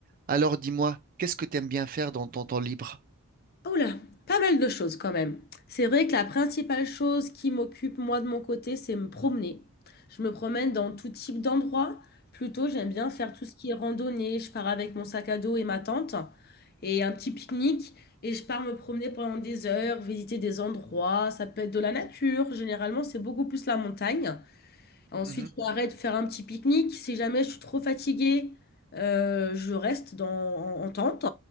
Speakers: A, on the right; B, on the left.
A: Alors dis-moi, qu'est-ce que t'aimes bien faire dans ton temps libre?
B: Oh là, pas mal de choses quand même. C'est vrai que la principale chose qui m'occupe moi de mon côté, c'est me promener. Je me promène dans tout type d'endroits. Plutôt, j'aime bien faire tout ce qui est randonnée. Je pars avec mon sac à dos et ma tente et un petit pique-nique et je pars me promener pendant des heures, visiter des endroits. Ça peut être de la nature. Généralement, c'est beaucoup plus la montagne. Ensuite,
A: Mhm.
B: j'arrête de faire un petit pique-nique. Si jamais je suis trop fatiguée, euh, je reste dans, en, en tente.